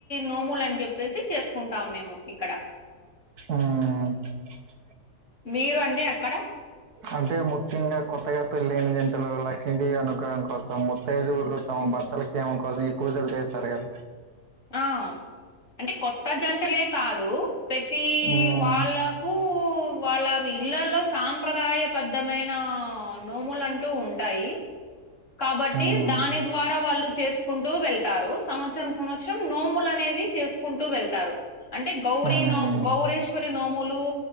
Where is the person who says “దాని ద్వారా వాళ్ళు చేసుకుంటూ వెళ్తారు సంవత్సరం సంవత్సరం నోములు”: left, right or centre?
Left